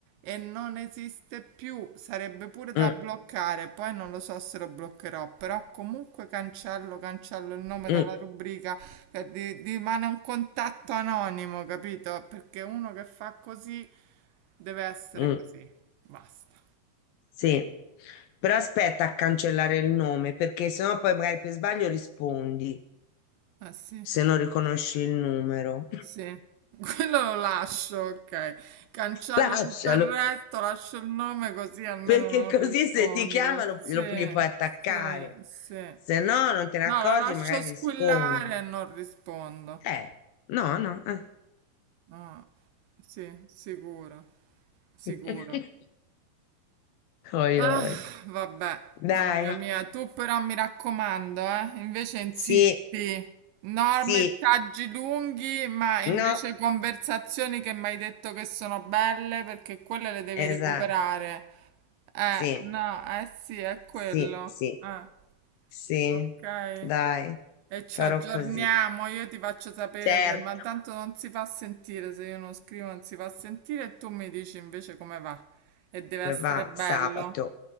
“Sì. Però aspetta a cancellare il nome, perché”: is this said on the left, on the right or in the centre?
Left